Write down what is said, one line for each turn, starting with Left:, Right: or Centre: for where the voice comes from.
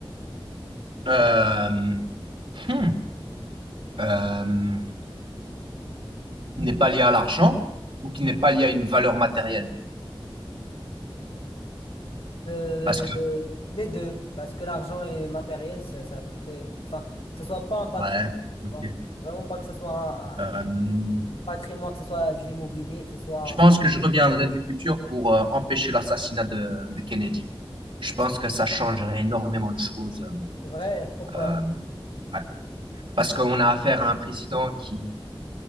Right: Euh, hmm, euh, qui n'est pas lié à l'argent ou qui n'est pas lié à une valeur matérielle?
Left: Euh,
Right: Parce que,
Left: les deux, parce que l'argent et matériel, c'est c'est à peu près. Enfin, que ce soit pas un patrimoine,
Right: ouais,
Left: tu
Right: ok.
Left: vois. Vraiment pas que ce soit un,
Right: Euh,
Left: un patrimoine, que ce soit de l'immobilier, que ce soit.
Right: je pense que je reviendrai du futur pour euh, empêcher l'assassinat de, de Kennedy. Je pense que ça changerait énormément de choses. euh,
Left: C'est vrai, pourquoi?
Right: euh, ouais. Parce qu'on a affaire à un président qui,